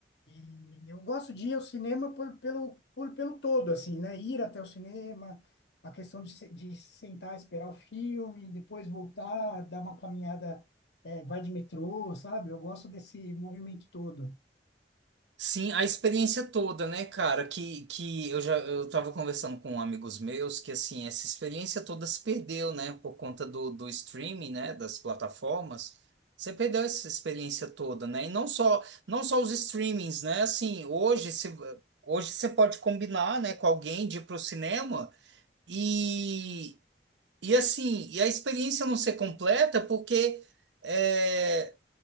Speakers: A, on the left (about 75°); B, on the right (about 85°).
A: E eu gosto de ir ao cinema por, pelo, por, pelo todo, assim, né? Ir até o cinema, a questão de, se- de sentar, esperar o filme, depois voltar, dar uma caminhada, é, vai de metrô, sabe? Eu gosto desse movimento todo.
B: Sim, a experiência toda, né, cara? Que, que eu já eu tava conversando com amigos meus que assim, essa experiência toda se perdeu, né, por conta do, do streaming, né, das plataformas. Você perdeu essa experiência toda, né? E não só não só os streamings, né? Assim, hoje se, hoje você pode combinar, né, com alguém de ir pro cinema e e assim, e a experiência não ser completa porque eh,